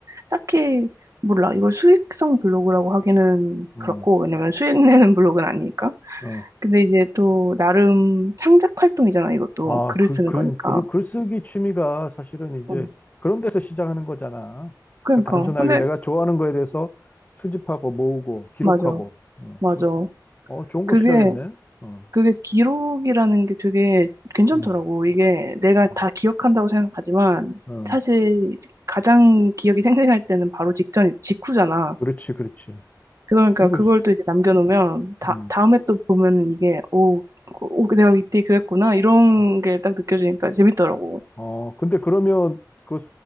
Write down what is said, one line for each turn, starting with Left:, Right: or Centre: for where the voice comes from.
Right: 딱히, 몰라. 이걸 수익성 블로그라고 하기는
Left: 음,
Right: 그렇고, 왜냐면 수익 내는 <laughs> 블로그는 아니니까.
Left: 어.
Right: 근데 이제 또 나름 창작 활동이잖아, 이것도.
Left: 아,
Right: 글을
Left: 그,
Right: 쓰는
Left: 글,
Right: 거니까.
Left: 글, 글쓰기 취미가 사실은 이제
Right: 응.
Left: 그런 데서 시작하는 거잖아. 그러니까
Right: 그러니까.
Left: 단순하게
Right: 근데,
Left: 내가 좋아하는 거에 대해서 수집하고 모으고 기록하고.
Right: 맞아.
Left: 음,
Right: 맞아.
Left: 그렇게. 어, 좋은 거
Right: 그게
Left: 시작했네. 어,
Right: 그게 기록이라는 게 되게 괜찮더라고.
Left: 음,
Right: 이게 내가
Left: 음.
Right: 다 기억한다고 생각하지만
Left: 어,
Right: 사실 가장 기억이 생생할 때는 바로 직전, 직후잖아.
Left: 그렇지, 그렇지.
Right: 그러니까
Left: 그리고,
Right: 그걸 또 이제 남겨놓으면 다,
Left: 음.
Right: 다음에 또 보면은 이게 오, 오, 내가 이때 그랬구나. 이런
Left: 음.
Right: 게 딱 느껴지니까 재밌더라고.
Left: 어, 근데 그러면 그,